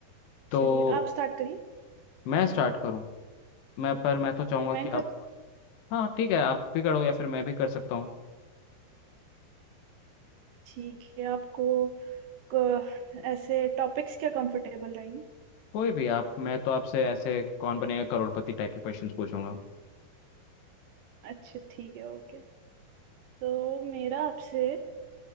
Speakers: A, on the left; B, on the right.
A: तो
B: चलिए आप स्टार्ट करिए
A: मैं स्टार्ट करूँ मैं पर मैं तो चाहूँगा
B: मैं
A: कि
B: कर
A: आप हाँ ठीक है आप भी करो या फिर मैं भी कर सकता हूँ
B: ठीक है आपको क- ऐसे टॉपिक्स क्या कंफर्टेबल रहेंगे
A: कोई भी आप मैं तो आपसे ऐसे कौन बनेगा करोड़पति टाइप के क्वेश्चंस पूछूंगा
B: अच्छा ठीक है ओके तो मेरा आपसे